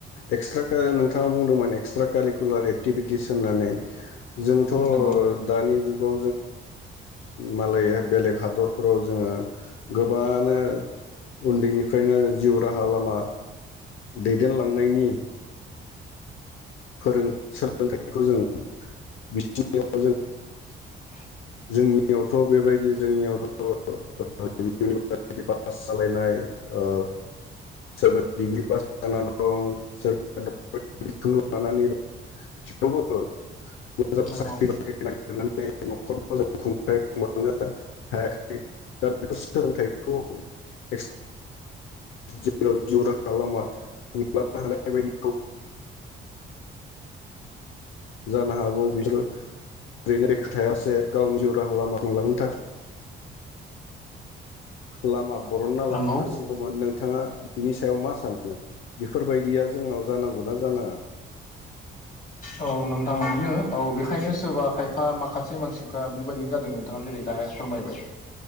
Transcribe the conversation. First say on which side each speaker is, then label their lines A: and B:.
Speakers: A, on the left; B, on the left.
A: एक्सट्रा नोंथङा बुंदोंमोन एक्सट्रा कारिकुलार एक्टिभिटिस होन्नानै जोंथ'
B: नंगौ
A: दानि जुग थ जोङो मालाय बेलेग हादरफोराव जोङो गोबां नों उन्दैनिफ्रायनो जिउ राहा लामा दैदेनलांनायनि फोरों सोलोंथाइखौ जों मिथिनायाव
B: <inaudible>
A: जोंनियावथ' बेबायदि जोंनियावथ' इउनिभारसिटि पास जालायनाय ओ सोरबा डिग्रि पास जानानै दं सोरबा <inaudible> लानानै दं थेवबो मोजां
B: नंगौ
A: साख्रि बाख्रि <inaudible> खुंनो हायाखै दा बे सोलोंथायखौ <inaudible> जिउ राहा लामा खुंलांनो हानाय बायदि जानो हागौ बिसोर ओरैनोखा थायासे गावनि जिउ राहा लामा खुंलांनो थाखाय लामा बरनना
B: नंगौ
A: लानो हासिगौमोन नों बिथोंङा बिनि सायाव मा सानखो बेफोरबायदिया जोंनाव जानांगौना जानाङा?
B: औ नोंथां बिनो औ बेखायनो सोरबा खायफा माखासे मानसिफ्रा बेबायाददिनो जादों नोंथाङा जेरै दा फोरमायबाय